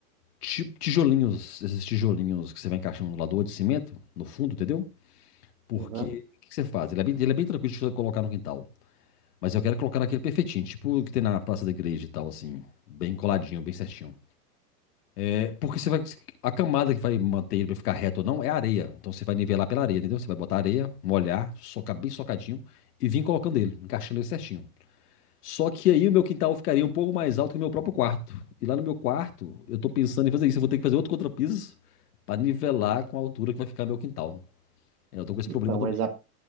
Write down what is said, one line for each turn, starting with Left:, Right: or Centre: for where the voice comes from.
Left: ti- tijolinhos, esses tijolinhos que você vai encaixando no lador de cimento, no fundo, entendeu? Porque
Right: Uhum.
Left: o que que você faz? Ele é bem, ele é bem tranquilo de você colocar no quintal. Mas eu quero colocar aquele perfeitinho, tipo o que tem na praça da igreja e tal, assim, bem coladinho, bem certinho. É, Porque você vai. A camada que vai manter ele pra ficar reto ou não é a areia. Então você vai nivelar pela areia, entendeu? Você vai botar areia, molhar, socar bem socadinho e vir colocando ele, encaixando ele certinho. Só que aí o meu quintal ficaria um pouco mais alto que o meu próprio quarto. E lá no meu quarto, eu tô pensando em fazer isso. Eu vou ter que fazer outro contrapiso para nivelar com a altura que vai ficar meu quintal. É, Eu tô com esse
Right: Então,
Left: problema
Right: mas
Left: também.
Right: a-